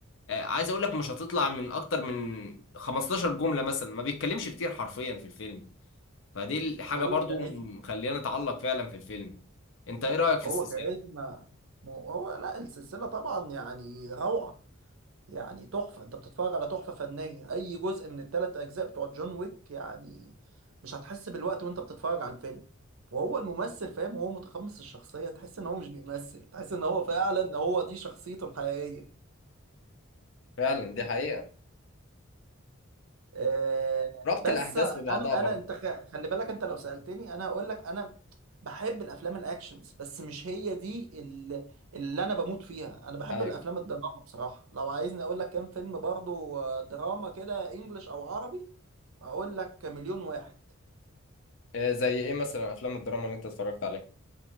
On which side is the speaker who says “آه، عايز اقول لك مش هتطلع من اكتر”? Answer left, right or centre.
Left